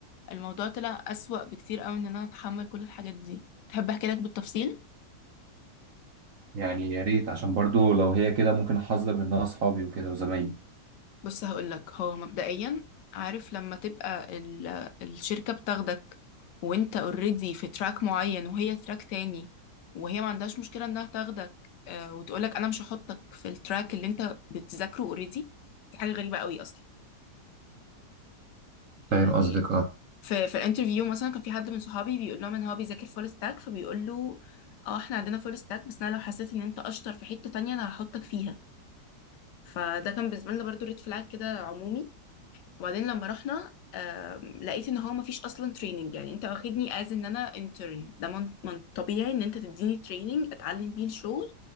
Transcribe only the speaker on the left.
الموضوع طلع أسوأ بكتير قوي إن أنا أتحمل كل الحاجات دي تحب أحكي لك بالتفصيل
بص هقولك هو مبدئيا عارف لما تبقى ال... الشركة بتاخدك وانت اوريدي في تراك معين وهي تراك تاني وهي ما عندهاش مشكلة انها تاخدك آه وتقولك انا مش هحطك في التراك اللي انت بتذاكره اوريدي دي حاجة غريبة قوي اصلا
يعني
في في الانترفيو مثلا كان في حد من صحابي بيقول لهم ان هو بيذاكر فول ستاك فبيقول له اه احنا عندنا فول ستاك بس انا لو حسيت ان انت اشطر في حتة تانية انا هحطك فيها فده كان بالنسبة لنا برضو ريد فلاج كده عمومي وبعدين لما رحنا آم، لقيت ان هو مفيش اصلا تريننج يعني انت واخدني از ان انا انترن ده من من طبيعي ان انت تديني تريننج اتعلم بيه الشغل